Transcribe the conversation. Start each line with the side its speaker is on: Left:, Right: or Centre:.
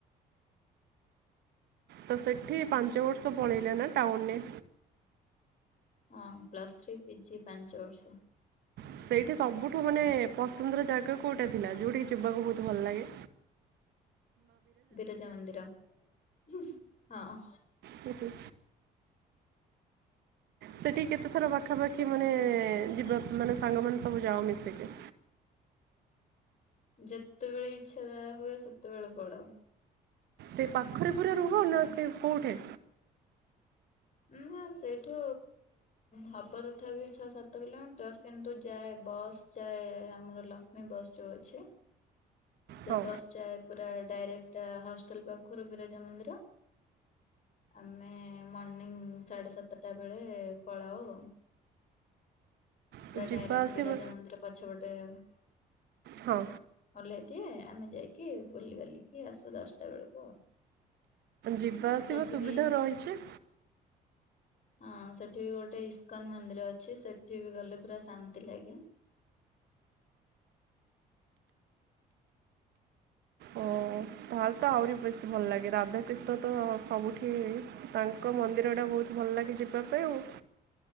Right: ତ ସେଠି ପାଞ୍ଚ ବର୍ଷ ପଳେଇଲେ ନା ଟାଉନ ନେ।
Left: ହଁ ପ୍ଲସ୍ ଥ୍ରୀ ପିଜି ପାଞ୍ଚ ବର୍ଷ।
Right: ସେଇଠି ସବୁଠୁ ମାନେ ପସନ୍ଦର ଜାଗା କୋଉଟା ଥିଲା ଯୋଉଠିିକି ଯିବାକୁ ବହୁତ ଭଲ ଲାଗେ।
Left: ବିରଜା ମନ୍ଦିର ହୁଁ ହଁ।
Right: ହୁଁ ହୁଁ। ସେଠି କେତେ ଥର ପାଖାପାଖି ମାନେ ଯିବା ମାନେ ସାଙ୍ଗମାନେ ସବୁ ଯାଅ ମିଶିକି?
Left: ଯେତେବେଳେ ଇଚ୍ଛା ହୁଏ ଯା ସେତେବେଳେ ପଳାଉ।
Right: ସେ ପାଖରେ ପୁରା ରୁହ ନା କୋଉଠେ?
Left: ନା ସେଇଠୁ ହବ ତଥାପି ଛଅ ସାତ କିଲୋମିଟର କିନ୍ତୁ ଯାଏ ବସ୍ ଯାଏ ଆମର ଲକ୍ଷ୍ମୀ ବସ୍ ଯୋଉ ଅଛି। ସେ
Right: ହଁ
Left: ବସ୍ ଯାଏ ପୁରା ଡାଇରେକ୍ଟ ହଷ୍ଟେଲ ପାଖରୁ ବିରଜା ମନ୍ଦିର। ଆମେ ମର୍ଣିିଂ ସାଢେ ସାତଟା ବେଳେ ପଳାଉ।
Right: ତ
Left: ପୁରା ଡାଇରେକ୍ଟ
Right: ଯିବା ଆସିବା
Left: ବିରଜା ମନ୍ଦିର ପଛ ପଟେ ଆଉ।
Right: ହଁ।
Left: ଓଲ୍ହେଇ ଦିଏ ଆମେ ଯାଇକି ବୁଲିିବାଲିକି ଆସୁ ଦଶଟା ବେଳକୁ।
Right: ଯିବା ଆସିବା
Left: ସେଠି
Right: ସୁବିଧା
Left: ବି
Right: ରହିଚି।
Left: ହଁ ସେଠି ବି ଗୋଟେ ଇସ୍କନ ମନ୍ଦିର ଅଛି ସେଠି ବି ଗଲେ ପୁରା ଶାନ୍ତି ଲାଗେ।
Right: ଓ ତାହେଲେ ତ ଆହୁରି ବେଶୀ ଭଲ ଲାଗେ ରାଧାକୃିଷ୍ଣ ତ ସବୁଠି। ତାଙ୍କ ମନ୍ଦିର ଟା ବହୁତ ଭଲ ଲାଗେ ଯିବା ପାଇଁ ଆଉ।